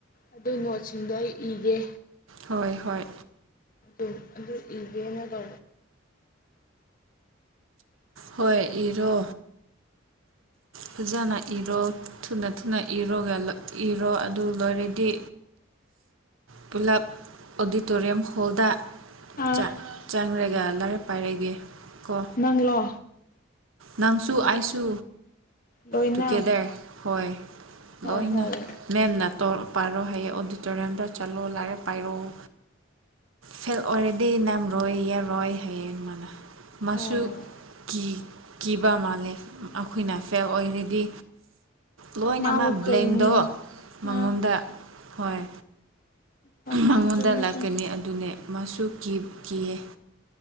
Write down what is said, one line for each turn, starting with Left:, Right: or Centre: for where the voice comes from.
Left: ꯑꯗꯨꯏ ꯅꯣꯠꯁꯤꯡꯗꯣ ꯑꯩ ꯏꯒꯦ
Right: ꯍꯣꯏ ꯍꯣꯏ
Left: ꯎꯝ ꯑꯗꯨ ꯏꯒꯦꯍꯥꯏꯔꯣ
Right: ꯍꯣꯏ ꯏꯔꯣ ꯐ ꯖꯥꯟꯅ ꯏꯔꯣ ꯊꯨꯅ ꯊꯨꯅ ꯏꯔꯣ ꯑꯗꯨꯒ ꯏꯔꯣ ꯑꯗꯨ ꯂꯣꯏꯔꯗꯤ ꯄꯨꯂꯞ ꯑꯣꯗꯤꯇꯣꯔꯤꯌꯝ ꯍꯣꯜꯗ
Left: ꯑꯥ
Right: ꯥꯆꯛ ꯆꯪꯉꯥꯒ ꯑꯃꯔꯛ ꯄꯥꯏꯔꯒꯦꯀꯣ
Left: ꯅꯡꯂꯣ
Right: ꯅꯪꯁꯨ ꯑꯩꯁꯨ
Left: ꯂꯣꯏꯅ
Right: ꯇꯨꯒꯦꯗꯔ ꯍꯣꯏ
Left: ꯍꯣꯏ
Right: ꯂꯣꯏꯅ
Left: ꯍꯣꯏ
Right: ꯃꯦꯝꯅ ꯇꯣꯔꯣꯄꯥꯏꯔꯣ ꯍꯥꯏꯌꯦ ꯑꯣꯗꯤꯇꯣꯔꯤꯌꯝꯗ ꯆꯠꯂꯣ ꯂꯥꯏꯔꯤꯛ ꯄꯥꯏꯔꯛꯑꯣ ꯐꯦꯜ ꯑꯣꯜꯔꯗꯤ ꯃꯦꯝ ꯔꯣꯏꯌꯦꯔꯣꯏ ꯍꯥꯏꯌꯦꯃꯥꯅ ꯃꯁꯨꯨ
Left: ꯑꯣ
Right: ꯀꯤ ꯀꯤꯕ ꯃꯥꯜꯂꯦ ꯑꯩꯈꯣꯏꯅ ꯐꯦꯜ ꯑꯣꯏꯔꯤ ꯗꯤ ꯂꯣꯏꯅꯃꯛ
Left: ꯃꯥꯕꯨ
Right: ꯕ꯭ꯂꯦꯝꯗꯣ
Left: ꯆꯩꯅꯤ
Right: ꯃꯉꯣꯟꯗ
Left: ꯑꯥ
Right: ꯍꯣꯏ
Left: ꯍꯣꯏ
Right: ꯃꯉꯣꯟꯗ
Left: ꯍꯣꯏ ꯆꯨꯝꯃꯦ
Right: ꯂꯥꯛꯀꯅꯤ
Left: ꯆꯨꯝꯃꯦ
Right: ꯑꯗꯨꯅꯦ ꯃꯥꯁꯨ ꯀꯤꯀꯤꯌꯦ